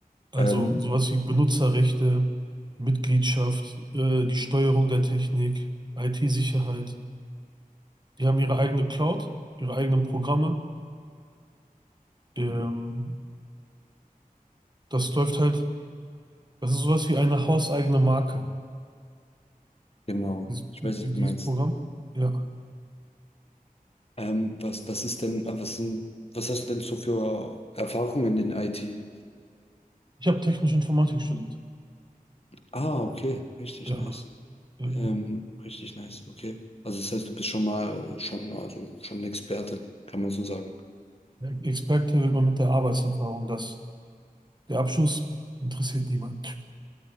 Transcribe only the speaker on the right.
Also
sowas wie Benutzerrechte, Mitgliedschaft, äh, die Steuerung der Technik, IT-Sicherheit. Die haben ihre eigene Cloud, ihre eigenen Programme. Ähm,
das läuft halt, das ist sowas wie eine hauseigene Marke,
dieses,
die,
dieses
Programm. Ja.
Ich habe technische Informatik studiert.
Ja.
Äh,
Experte wird man mit der Arbeitserfahrung, das. Der Abschuss interessiert niemanden.